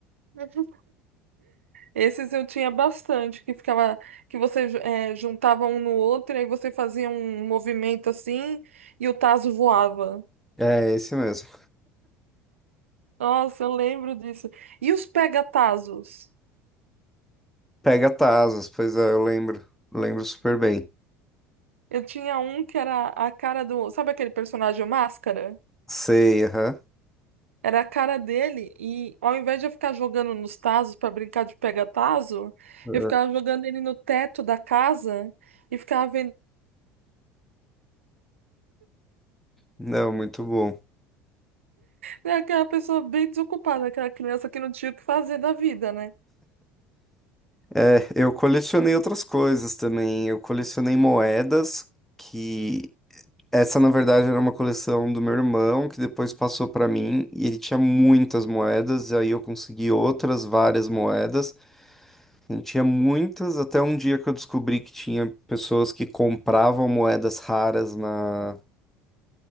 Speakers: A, on the right; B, in the centre.
A: Uhum. Esses eu tinha bastante, que ficava, que você ju- eh, juntava um no outro, e aí você fazia um movimento assim e o tazo voava.
B: É, esse mesmo.
A: Nossa, eu lembro disso. E os pega-tazos?
B: Pega Tasas, pois é, eu lembro. Lembro super bem.
A: Eu tinha um que era a cara do. Sabe aquele personagem Máscara?
B: Sei, aham.
A: Era a cara dele, e ao invés de eu ficar jogando nos tazos pra brincar de pega-tazo,
B: Ah,
A: eu ficava jogando ele no teto da casa e ficava vendo.
B: Não, muito bom.
A: É aquela pessoa bem desocupada, aquela criança que não tinha o que fazer da vida, né?
B: É, eu colecionei outras coisas também. Eu colecionei moedas que Essa, na verdade, era uma coleção do meu irmão, que depois passou para mim, e ele tinha muitas moedas, e aí eu consegui outras várias moedas. Ele tinha muitas, até um dia que eu descobri que tinha pessoas que compravam moedas raras na...